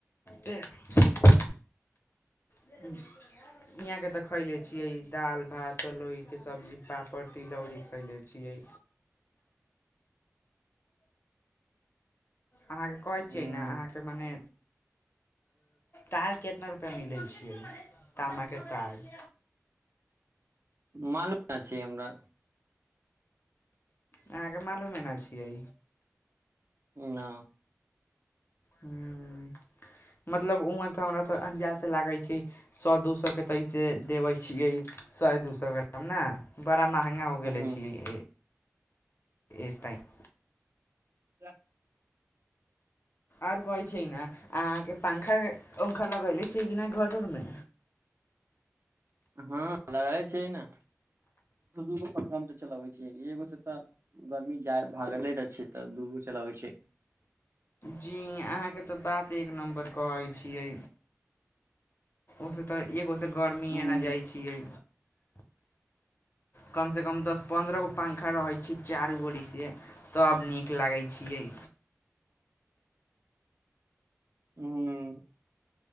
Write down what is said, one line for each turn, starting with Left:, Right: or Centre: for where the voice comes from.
Left: <unintelligible> <inaudible> हियाँके तऽ खैले छियै दाल भात तरोइके सब्जी पापड़ तिलौरी खैले छियै अहाँके कहै
Right: ह
Left: छियै न अहाँके मने तार कितना रुपैया मिलै छैै तामाके तार
Right: मालुम ना छी हमरा
Left: अहाँके मालूमे न छियै
Right: ना
Left: ह मतलब उह तऽ हमरा त अंजाद से लागै छै सौ दू सए के ऐसे देबे छियै सैय दू सए ग्राम नाऽ बड़ा महंगा हो
Right: हूँ
Left: गेले छिये एक टाइम
Right: <unintelligible>
Left: आओर कहै छै ने अहाँ के पंखा उंखा लगेले छिये डि न घर उरमे
Right: हँ लगले छै न दू दूगो पखा हम तऽ चलबै छिय एगो सँ तऽ गर्मी जा भागले रह छियै तऽ दूगो चलाबै छियै
Left: जी अहाँके तऽ बात एक नम्बर कहै छियै ओसे तऽ एगो से गर्मीये
Right: ह
Left: नऽ जाइ छियै कमसँ कम दस पन्द्रह गो पंखा रहै छी चारू ओरीसे तब नीक लागै छियै
Right: हूँ